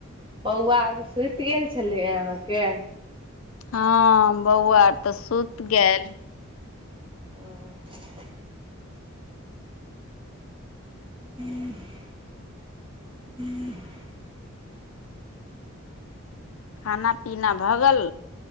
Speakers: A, on the right; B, on the left.
A: बौआ आरू सुति गेल छलैये अहाँके।
B: हँ बौआ तऽ सुत गेल।
A: हुं। <unintelligible>
B: खाना पीना भऽ गेल।